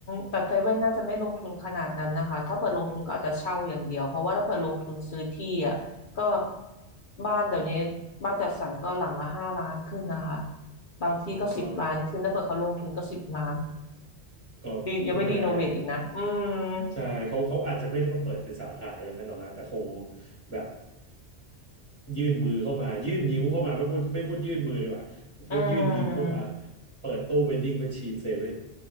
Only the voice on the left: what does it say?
แต่เซเว่นน่าจะไม่ลงทุนขนาดนั้นนะคะถ้าเปิดลงทุนก็อาจจะเช่าอย่างเดียวเพราะว่าถ้าเปิดลงทุนซื้อที่อ่ะก็บ้านเดี๋ยวนี้บ้านจัดสรรก็หลังละห้าล้านขึ้นนะคะบางที่ก็สิบล้านขึ้นถ้าเปิดเขาลงทุนก็สิบล้าน
ดียังไม่รีโนเวทอีกนะอืม
อืม